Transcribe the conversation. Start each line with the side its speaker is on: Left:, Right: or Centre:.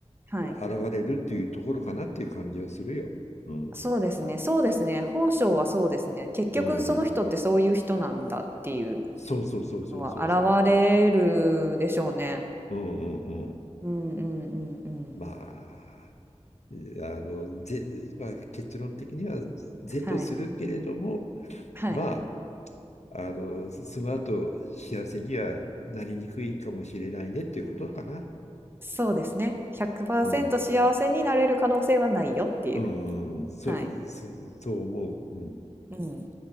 Right: はい。
Left: 現れるっていうところかなっていう感じはするよ。うん。
Right: そうですね、そうですね、本性はそうですね。結局その人ってそういう人なんだっていう
Left: うんうん。そうそうそうそうそうそうそう。
Right: のは現れるでしょうね。
Left: うんうんうん。
Right: うんうんうんうん。
Left: まあ、いやあの、ぜ、まあ、結論的には是とするけれども、
Right: はい。はい。
Left: まああの、その後、幸せにはなりにくいかもしれないねっていうことかな。
Right: そうですね。100%
Left: うん。
Right: 幸せになれる可能性はないよっていう。
Left: うん、うん、そう、
Right: はい。
Left: すそう思う。うん。
Right: うん。